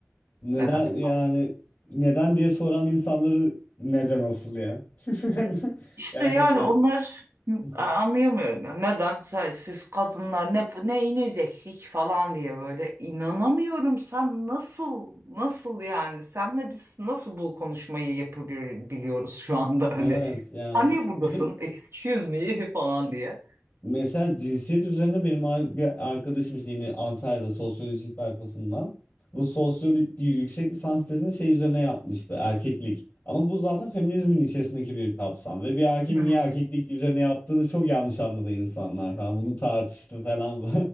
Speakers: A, on the left; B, on the right.
A: Neden
B: Evet.
A: yani neden diye soran insanları neden asıl ya? <laughs>
B: İşte
A: Gerçekten
B: yani
A: ne?
B: onlar
A: <laughs>
B: anlayamıyorum ya. Neden siz kadınlar ne neyiniz eksik falan diye böyle inanamıyorum. Sen nasıl nasıl yani? Senle biz nasıl bu konuşmayı yapabiliyoruz şu anda
A: Evet
B: hani?
A: yani
B: Sen niye buradasın?
A: benim
B: Excuse me <laughs> falan diye.
A: Mesela cinsiyet üzerine benim ar- bir arkadaşım işte yine Antalya'da sosyoloji tayfasından bu sosyoloji yüksek lisans tezini şey üzerine yapmıştı erkeklik. Ama bu zaten feminizmin içerisindeki bir kapsam ve bir erkeğin
B: Hmm.
A: niye erkeklik üzerine yaptığını çok yanlış anladı insanlar falan bunu tartıştı falan.